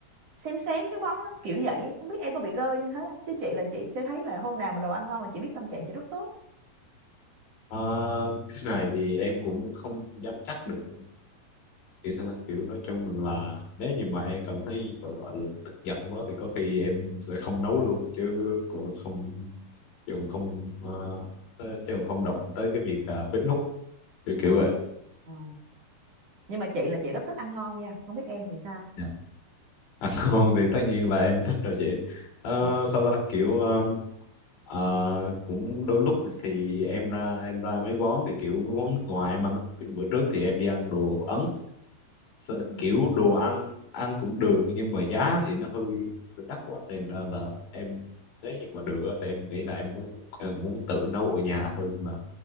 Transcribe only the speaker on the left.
Ờ, cái này thì em cũng không dám chắc được kiểu sao ta? kiểu nói chung là nếu như mà em cảm thấy gọi gọi là tức giận quá thì có khi em sẽ không nấu luôn chứ cũng không chứ cũng không ờ, ờ, chứ cũng không động tới cái việc à, bếp núc kiểu kiểu vậy
Dạ. ăn <laughs> ngon thì tất nhiên là em thích rồi chị Ờ,
sao ta kiểu ờ, ờ, cũng đôi lúc thì em ra em ra mấy quán thì kiểu mấy quán nước ngoài mà kiểu bữa trước thì em đi ăn đồ Ấn sợ
kiểu đồ ăn ăn cũng được nhưng mà giá thì nó hơi hơi đắt quá nên là, là em nếu như mà được á, thì em nghĩ là em muốn em cũng muốn tự nấu ở nhà hơn là